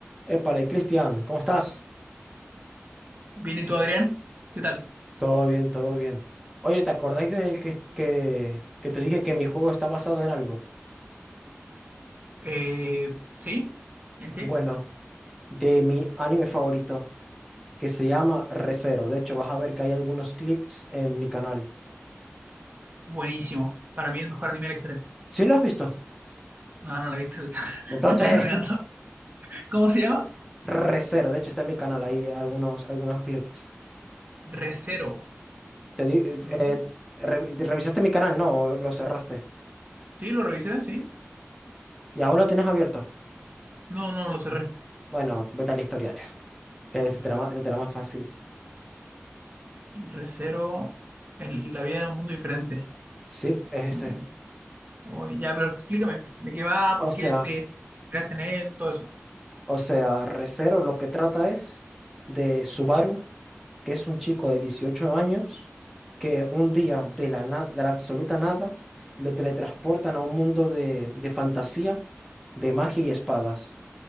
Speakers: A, in the centre; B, on the right.
A: Épale, Cristian, ¿cómo estás?
B: Bien, ¿y tú, Adrián? ¿Qué tal?
A: Todo bien, todo bien. Oye, ¿te acordáis del que, que, que te dije que mi juego está basado en algo?
B: Eh, ¿sí? ¿En qué?
A: Bueno, de mi anime favorito, que se llama Re:Zero. De hecho, vas a ver que hay algunos clips en mi canal.
B: Buenísimo. Para mí el mejor anime de la historia.
A: ¿Sí lo has visto?
B: No, no la viste. <laughs>
A: Entonces,
B: Te estoy enredando. ¿Cómo se llama?
A: <laughs> Re:Zero, de hecho, está en mi canal, hay algunos, algunos clips.
B: Rezero
A: Te di- eh,
B: Mm.
A: eh, revi- ¿revisaste mi canal? No, ¿O lo cerraste.
B: Sí, lo revisé, sí.
A: ¿Y aún lo tienes abierto?
B: No, no lo cerré.
A: Bueno, vete al historial, <laughs> que se te hará más se te hará más fácil.
B: Rezero el- la vida de un mundo diferente.
A: Sí, es ese.
B: Un mundo- Uy, ya, pero explícame. ¿De qué va? ¿Por
A: O
B: qué
A: sea.
B: te inspiraste en él? Todo eso.
A: O sea, Re:Zero lo que trata es de Subaru, que es un chico de 18 años, que un día de la nada, de la absoluta nada, lo teletransportan a un mundo de, de fantasía, de magia y espadas.